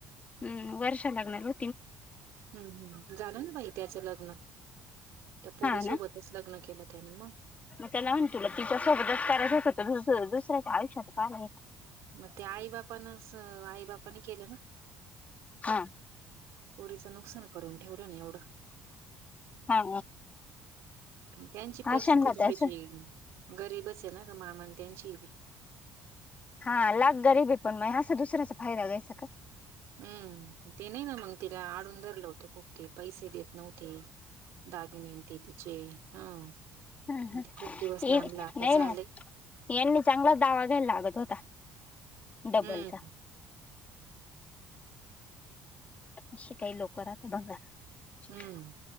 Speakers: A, on the left; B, on the right.
A: हम्म वर्ष लाग्नल.
B: हम्म हम्म झालं ना भाई. त्याचं लग्न त्या पोरीसोबतच
A: हा ना
B: लग्न केलं त्यानी मग.
A: मग त्याला म्हणत तुला तिच्यासोबतच करायच होतं दु दुसऱ्याच्या आयुष्याच काय.
B: मग ते आई बापानच आई बापनी केलं ना.
A: हा
B: पोरीचं नुकसान करून ठेवलं ना एवढं
A: हा
B: हम त्यांची परिस्थिती
A: अशांना
B: थोडीशी
A: त्यास
B: गरीबच आहे ना ग मामां त्यांनचीभी
A: हा लाख गरीबी पण नाही असा दुसऱ्याचा फायदा घ्यायचा का
B: हम्म ते नाही ना मग तिला आडून धरल होतं खूप ते पैसे देत नव्हते दागिने न ते तिचे हा
A: हम
B: मी
A: हम
B: तर खूप दिवस लांबला आता
A: नै
B: झालंय
A: ना यांनी चांगला दावा घ्यायला लागत होता डबलचा
B: हम्म
A: <inaudible> असे काही लोक राहतात बघांर
B: हम्म